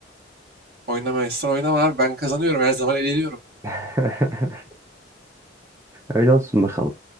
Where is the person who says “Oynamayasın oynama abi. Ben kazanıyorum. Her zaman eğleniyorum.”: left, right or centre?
Right